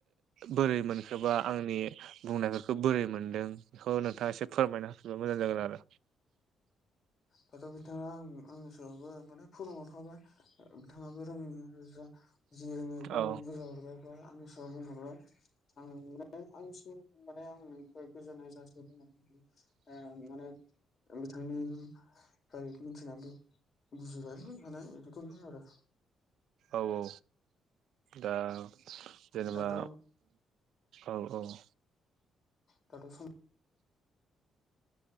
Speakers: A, on the right; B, on the left.
A: बोरै मोनखोबा आंनि बुंनायफोरखौ बोरै मोनदों बेखौ नोंथाङा एसे फोरमायना होफा मोजां जागोन आरो।
B: औ दाथ' बिथाङा आं आंनि सायावबो माने फोरुव थाबाय। बिथाङाबो रङिनि रोजा जि रोङो बेखौनो
A: औ
B: बुजायहरबाय बा आंनि सिगाव बुंहरबाय आं मे आंनि सि माने आं गोजोननाय जाासदों आरो माने। बिथांनिफ्राय मिथिनानैथ' बुजिबाय मानाय बेखौनो आरो
A: औ औ दा जेनेबा
B: दाथ'
A: औ औ।
B: दाथ' स